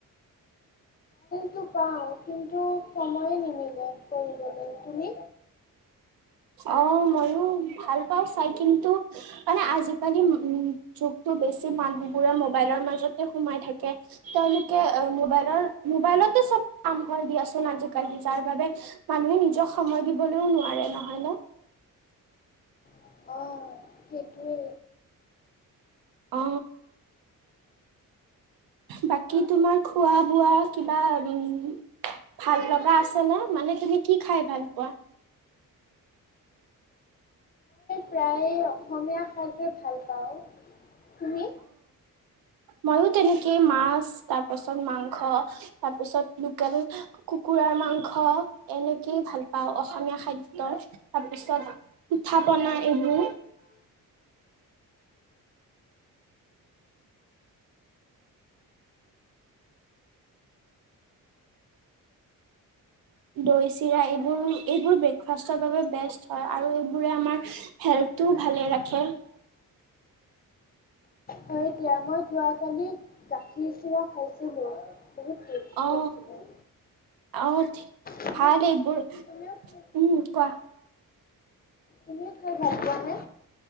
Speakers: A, on the left (about 25°); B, on the right (about 80°).
A: টো পাওঁ কিন্তু সময়ো নিমিলে কৰিবলৈ তুমি
B: অ ময়ো ভাল পাওঁ চাই কিন্তু মানে আজিকালি উম যুগটো বেছি মানুহবোৰে মোবাইলৰ মাজতে সোমাই থাকে তেওঁলোকে মোবাইলৰ মোবাইলতে চব কাম কৰে দিয়াচোন আজিকালি যাৰ বাবে মানুহে নিজক সময় দিবলৈও নোৱাৰে নহয় নে
A: অঁ সেইটোৱে
B: অ বাকী তোমাৰ খোৱা বোৱা কিবা উম ভাল লগা আছে নে মানে তুমি কি খাই ভাল পোৱা
A: প্ৰায় অসমীয়া সাঁজে ভাল পাওঁ তুমি
B: মইয়ো তেনেকে মাছ তাৰপাছত মাংস তাৰপিছত লোকেল কুকুৰাৰ মাংস এনেকেই ভাল পাওঁ অসমীয়া খাদ্যৰ তাৰপিছত পিঠা পনা এইবোৰ দৈ চিৰা এইবোৰ এইবোৰ ব্ৰেকফাষ্টৰ বাবে বেষ্ট হয় আৰু এইবোৰে আমাৰ হেল্থটোও ভালে ৰাখে।
A: হয় দিয়া মই যোৱাকালি গাখীৰ, চিৰা খাইছিলোঁ বহুত টেষ্টি
B: অ
A: আছিলে।
B: অ
A: শুনি
B: ভাল এইবোৰ
A: আছোঁ।
B: উম কোৱা
A: তুমিও খাই ভাল পোৱা নে।